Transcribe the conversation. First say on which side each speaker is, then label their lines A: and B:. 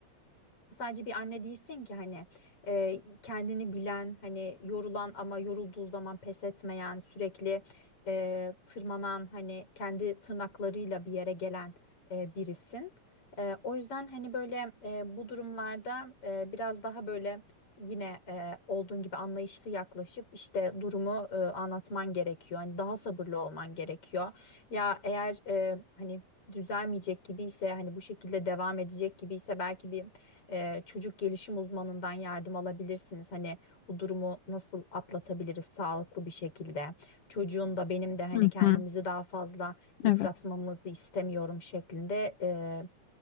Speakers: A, on the left; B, on the left.
A: sadece bir anne değilsin ki hani e, kendini bilen hani yorulan ama yorulduğu zaman pes etmeyen sürekli e, tırmanan hani kendi tırnaklarıyla bir yere gelen e, birisin. E, o yüzden hani böyle e, bu durumlarda e, biraz daha böyle yine e, olduğun gibi anlayışlı yaklaşıp işte durumu e, anlatman gerekiyor. Hani daha sabırlı olman gerekiyor. Ya eğer e, hani düzelmeyecek gibi ise hani bu şekilde devam edecek gibi ise belki bir e, çocuk gelişim uzmanından yardım alabilirsiniz. Hani bu durumu nasıl atlatabiliriz sağlıklı bir şekilde. Çocuğun da benim de hani
B: Hı
A: kendimizi
B: hı.
A: daha fazla yıpratmamızı
B: Evet.
A: istemiyorum şeklinde e,